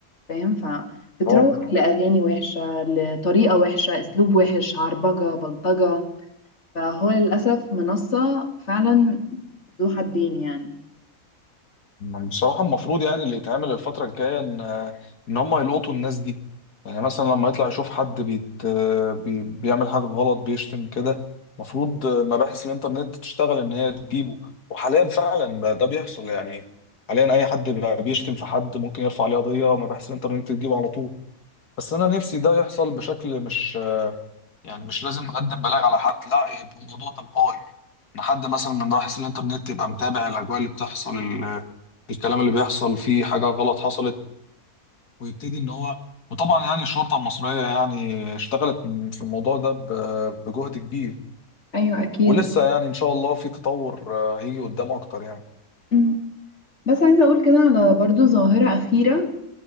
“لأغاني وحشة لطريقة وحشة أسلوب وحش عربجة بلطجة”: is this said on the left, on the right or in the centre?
Left